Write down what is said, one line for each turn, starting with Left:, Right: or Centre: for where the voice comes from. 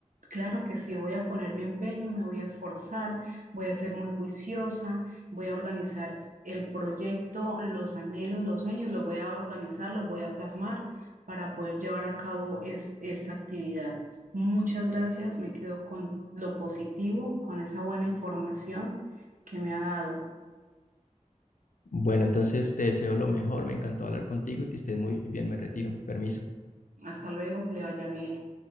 Right: Claro que sí, voy a poner mi empeño, me voy a esforzar, voy a ser muy juiciosa, voy a organizar el proyecto, los anhelos, los sueños, los voy a organizar, los voy a plasmar para poder llevar a cabo es- esta actividad. Muchas gracias, me quedo con lo positivo, con esa buena información que me ha dado.
Left: Bueno, entonces te deseo lo mejor, me encantó hablar contigo y que estés muy bien, me retiro, permiso.
Right: Hasta luego, que le vaya bien.